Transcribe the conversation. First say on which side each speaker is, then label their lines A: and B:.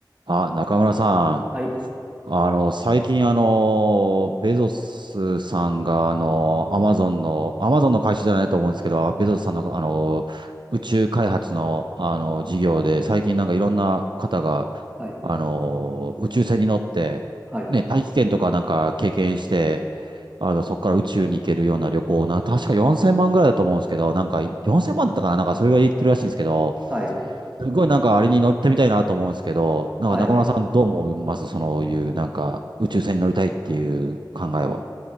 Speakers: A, on the right; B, on the right.
A: あ、中村さ
B: はい、
A: ん、あの、最近、あの、ベゾスさんが、あの、アマゾンの、アマゾンの会社じゃないと思うんですけど、ベゾスさんの、あの、宇宙開発の、あの、事業で、最近なんかいろんな方が、
B: はい、
A: あの、宇宙船に乗って、
B: はい、
A: ね、大気圏とかなんか経験して、あの、そこから宇宙に行けるような旅行な、確か4000万ぐらいだと思うんですけど、なんか4000万だったかな、なんかそれは言ってるらしいんですけど、
B: はい、
A: すごいなんかあれに乗ってみたいなと思うんですけど、なんか中村さんどう思いますそういうなんか宇宙船に乗りたいっていう考えは。
B: はい。